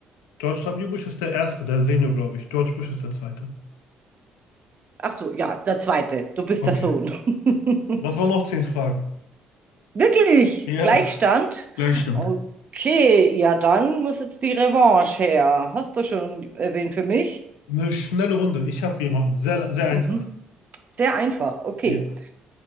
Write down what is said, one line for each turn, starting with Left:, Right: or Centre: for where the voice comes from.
Left: George W. Bush ist der Erste, der Senior, glaube ich. George Bush ist der Zweite.
Right: Ach so, ja, der zweite. Du bist
Left: Okay.
Right: der Sohn. <laughs>
Left: Das waren noch zehn Fragen.
Right: Wirklich?
Left: Ja.
Right: Gleichstand?
Left: Gleichstand.
Right: Okay, ja, dann muss jetzt die Revanche her. Hast du schon erwähnt für mich?
Left: Eine schnelle Runde. Ich habe jemanden. Sehr, sehr einfach.
Right: Mhm. Sehr einfach, okay.
Left: Ja.